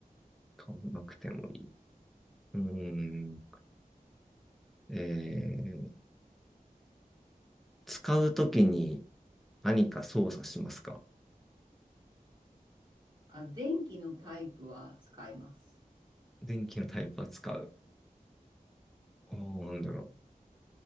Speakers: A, in the centre; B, on the right.
A: 買わなくてもいい。うーん。えー、使うときに何か操作しますか
B: あ、電気のタイプは使います。
A: 電気のタイプは使う。ああ、なんだろ